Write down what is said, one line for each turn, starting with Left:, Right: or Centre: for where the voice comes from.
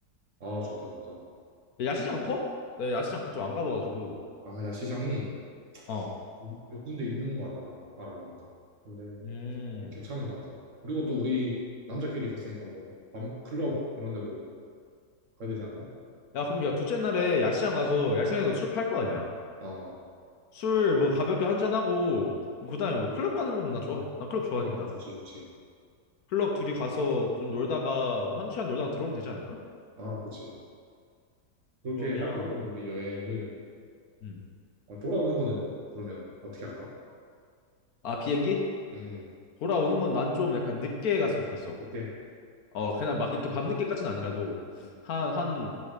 Right: 아 좋다 좋다
Left: 야, 야시장 커? 네, 야시장 그쪽 안 가봐가지고.
Right: 아 야시장이
Left: 어.
Right: 좀몇 군데 있는 것 같더라 알아보니까 근데
Left: 음.
Right: 어, 괜찮은 것 같아 그리고 또 우리 남자끼리 갔으니까 뭐 밤클럽 이런 데도 가야 되지 않나?
Left: 야, 그럼 야, 둘째 날에 야시장 가서, 야시장에서 술 팔 거 아니야?
Right: 아,
Left: 술 뭐 가볍게 한 잔하고, 뭐, 그 다음에 뭐 클럽 가는 것도 나 좋아. 나 클럽 좋아하니까.
Right: 아 좋지 좋지
Left: 클럽 둘이 가서 좀
Right: 아,
Left: 놀다가 뭐 한두 시간 놀다가 들어오면 되지 않을까?
Right: 아 그치 그렇게
Left: 그러면
Right: 할까 그러면 우리 여행을
Left: 음.
Right: 어, 돌아오는 거는 그러면 어떻게 할까?
Left: 아 비행기?
Right: 응응
Left: 돌아오는 건 난 좀 약간 늦게 갔으면 좋겠어.
Right: 이렇게
Left: 어 그냥 막 이렇게 밤늦게까지는 아니라도
Right: 음.
Left: 한 한